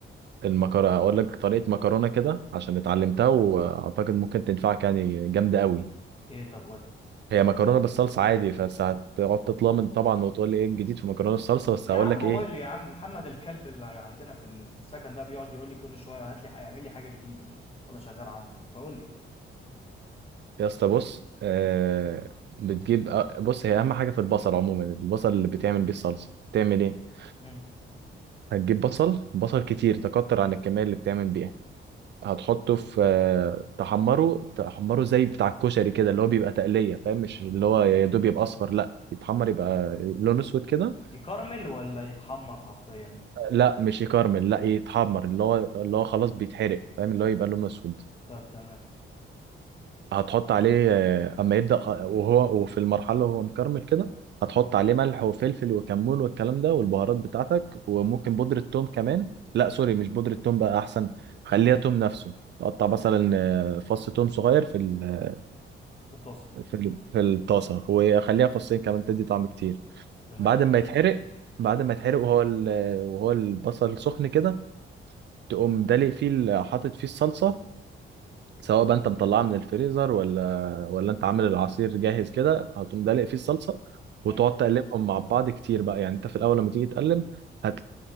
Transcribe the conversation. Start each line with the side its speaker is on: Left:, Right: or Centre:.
Right: المكرونه اقول لك طريقه مكرونه كده عشان اتعلمتها واعتقد ممكن تنفعك يعني جامده قوي
Left: ايه طب قول
Right: هي
Left: لي
Right: مكرونه
Left: محمد.
Right: بالصلصه عادي بس هتقعد تطلمن طبعا وتقول لي ايه الجديد في مكرونه الصلصه بس
Left: يا
Right: هقول
Left: عم
Right: لك
Left: قول
Right: ايه
Left: لي يا عم محمد الكلب اللي عندنا في ال- في السكن ده بيقعد يقول لي كل شوية هات لي اعمل لي حاجة جديدة ولا شغال عنده فقول لي
Right: يا اسطى بص آه بتجيب آه، بص هي اهم حاجه في البصل عموما البصل اللي بتعمل بيه الصلصه بتعمل ايه
Left: مم.
Right: هتجيب بصل بصل كتير تكتر عن الكمية اللي بتعمل بيها هتحطه
Left: مم.
Right: في آه، تحمره تحمره زي بتاع الكشري كده اللي هو بيبقى تقلية فاهم مش اللي هو يا دوب يبقى أصفر لا يتحمر يبقى لونه أسود كده
Left: يكرمل ولا يتحمر حرفيا
Right: لا مش يكرمل لا يتحمر اللي هو اللي هو خلاص بيتحرق فاهم اللي هو يبقى لونه أسود
Left: طيب تمام
Right: هتحط عليه آه، اما يبدأ خ- وهو وفي المرحلة وهو مكرمل كده هتحط
Left: مم.
Right: عليه ملح وفلفل وكمون والكلام ده والبهارات بتاعتك وممكن بودرة توم كمان لا سوري مش بودرة توم بقى احسن خليها توم نفسه تقطع مثلا آه، فص توم صغير في ال
Left: في الطاسة
Right: في ال في الطاسة وخليها فصين كمان تدي طعم كتير
Left: تمام
Right: بعد ما
Left: حلو
Right: يتحرق بعد
Left: مم.
Right: ما يتحرق وهو ال- وهو البصل سخن كده تقوم دلق فيه ال- حاطط فيه الصلصة سواء بقى انت مطلعها من الفريزر ولا ولا انت عامل العصير جاهز كده هتقوم دلق فيه الصلصه وتقعد
Left: مم.
Right: تقلبهم مع بعض كتير بقى يعني انت في الاول لما تيجي تقلب هت...